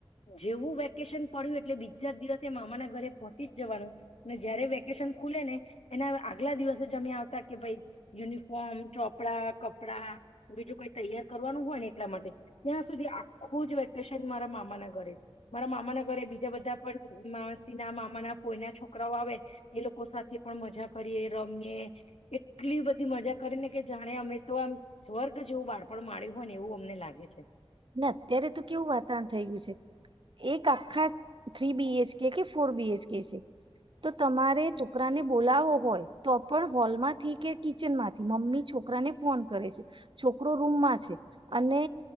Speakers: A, on the left; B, on the right.
A: જેવું વેકેશન પડ્યું. એટલે બીજા દિવસે મામાના ઘરે પહોંચી જ જવાનું ને જયારે વેકેશન ખુલે ને એના આગલા દિવસે જ અમે આવતા કે ભાઈ યુનિફોર્મ ચોપડા કપડાં બીજું કોઈ તૈયાર કરવાનું હોય ને એટલા માટે ત્યાં સુધી આખું જ વેકેશન મારા મામાના ઘરે મારા મામાના ઘરે. બ બધા પણ માણસી ના મામા ના કોયના છોકરાઓ આવે એ લોકો સાથે પણ મજા કરીએ રમીએ એટલી બધી મજા કરીને કે જાણે અમે તો આમ સ્વર્ગ જેવું બાળપણ માળ્યું હોય ને એવું અમને લાગે છે.
B: ના અત્યારે તો કેવું વાતાવરણ થય ગયું છે એક આખા થ્રી બીએચકે કે ફોર બીએચકે છે તો તમારે છોકરાને બોલાવો હોય તો પણ હોલમાંથી કે કિચન માંથી મમ્મી છોકરાને ફોન કરે છે છોકરો રૂમમાં છે અને.